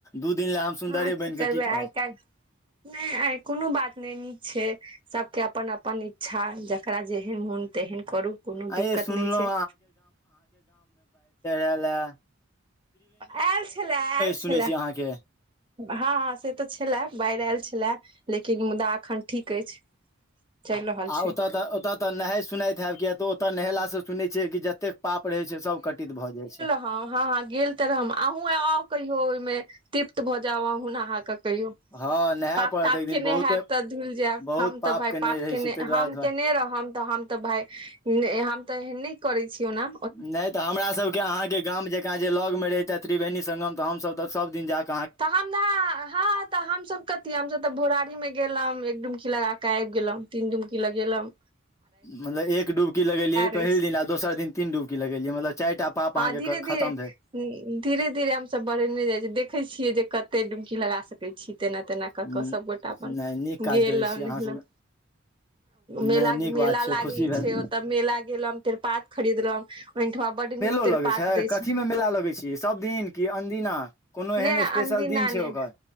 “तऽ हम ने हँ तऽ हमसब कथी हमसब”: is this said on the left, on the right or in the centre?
Right